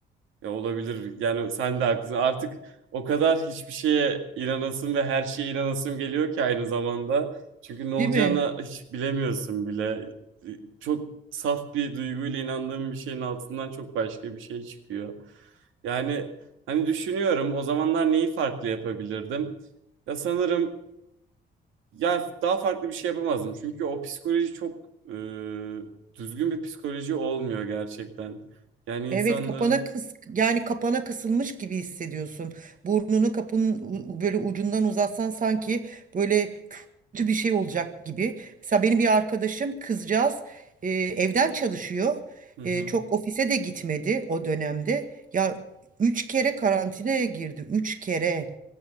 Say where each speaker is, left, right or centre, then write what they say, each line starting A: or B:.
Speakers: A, on the right (about 80°); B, on the right (about 40°).
A: Ya olabilir. Yani sen de haklısın. Artık o kadar hiçbir şeye inanasım ve her şeye inanasım geliyor ki aynı zamanda. Çünkü ne olacağını
B: Değil mi?
A: hiç bilemiyorsun bile. Çok saf bir duyguyla inandığım bir şeyin altından çok başka bir şey çıkıyor. Yani hani düşünüyorum o zamanlar neyi farklı yapabilirdim? Ya sanırım ya daha farklı bir şey yapamazdım. Çünkü o psikoloji çok e, düzgün bir psikoloji olmuyor gerçekten. Yani
B: Evet
A: insanların
B: kapana kıs yani kapana kısılmış gibi hissediyorsun. Burnunu kapının u- böyle ucundan uzatsan sanki böyle kötü bir şey olacak gibi. Mesela benim bir arkadaşım kızcağız e, evden çalışıyor.
A: Hı hı.
B: E, çok ofise de gitmedi o dönemde. Ya üç kere karantinaya girdi. Üç kere.